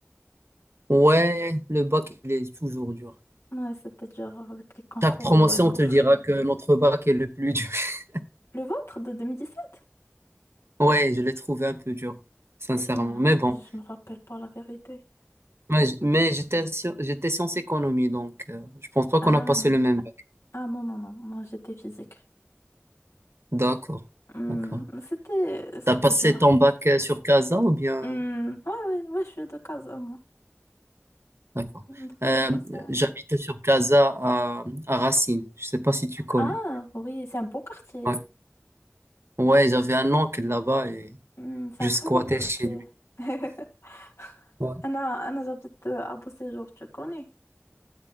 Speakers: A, on the right; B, on the left.
A: Ouais, le bac, il est toujours dur.
B: Ouais, c'était dur avec les concours
A: Chaque promotion
B: et ouf.
A: te dira que notre bac est le plus dur. <laughs>
B: Le vôtre de 2017?
A: Ouais, je l'ai trouvé un peu dur, sincèrement.
B: Je,
A: Mais bon,
B: je me rappelle pas la vérité.
A: mais, j- mais j'étais sci- j'étais sciences économie, donc euh, je pense pas
B: Ah.
A: qu'on a passé le même bac.
B: Ah non, non, non. Moi, j'étais physique.
A: D'accord,
B: Hmm,
A: d'accord.
B: C'était, c'était
A: T'as passé
B: dur.
A: ton bac euh, sur Casa ou bien...
B: Hmm, Ouais, ouais, ouais, je suis de Casa, moi.
A: D'accord.
B: Donc,
A: Euh,
B: j'ai passé.
A: j'habitais sur Casa à, à Racine. Je sais pas si tu connais.
B: Ah, oui, c'est un beau quartier.
A: Ouais, Ouais, j'avais un oncle là-bas et
B: أمم، C'est
A: je
B: un
A: squattais
B: très beau quartier.
A: chez lui.
B: <laughs>
A: Ouais.
B: أنا أنا جبت أبو سيجور تشكوني